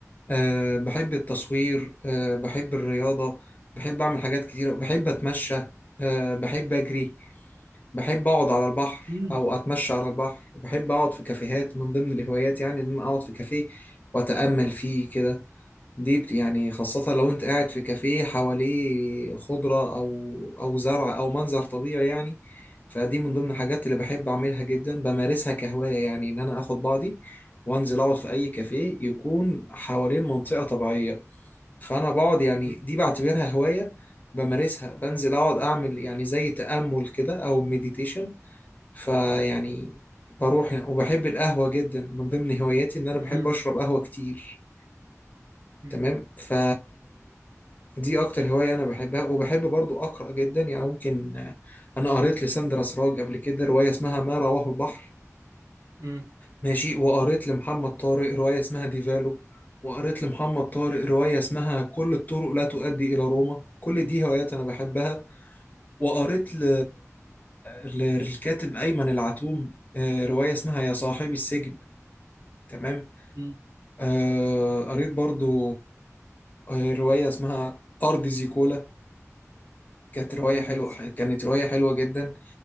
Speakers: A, on the left; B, on the right.
A: أه بحب التصوير أه بحب الرياضة بحب اعمل حاجات كتيرة بحب اتمشى أه بحب اجري بحب اقعد على البحر
B: <laughs> مم.
A: او اتمشى على البحر بحب اقعد في كافيهات من ضمن الهوايات يعني ان انا اقعد في كافيه واتامل فيه كده دي بت- يعني خاصة لو انت قاعد في كافيه حواليه خضرة او او زرع او منظر طبيعي يعني فدي من ضمن
B: مم.
A: الحاجات اللي بحب اعملها جدا بمارسها كهواية يعني ان انا اخد بعضي وانزل اقعد في اي كافيه يكون حوالين منطقة طبيعية فانا بقعد يعني
B: مم.
A: دي بعتبرها هواية بمارسها بنزل اقعد اعمل يعني زي تأمل كده او مديتيشن فيعني بروح وبحب القهوة جدا من ضمن هواياتي إن أنا
B: مم.
A: بحب أشرب قهوة كتير
B: مم.
A: تمام ف دي أكتر هواية أنا بحبها وبحب برضو أقرأ جدا يعني ممكن أنا قريت لساندرا سراج قبل كده رواية اسمها ما رواه البحر
B: مم.
A: ماشي وقريت لمحمد طارق رواية اسمها ديفالو وقريت لمحمد طارق رواية اسمها كل الطرق لا تؤدي إلى روما كل دي هوايات أنا بحبها وقريت ل... للكاتب أيمن العتوم آه، رواية اسمها يا صاحبي السجن تمام
B: مم.
A: آه، قريت برضو آه، رواية اسمها أرض زيكولا كانت رواية
B: مم.
A: حلوة كانت رواية حلوة جدا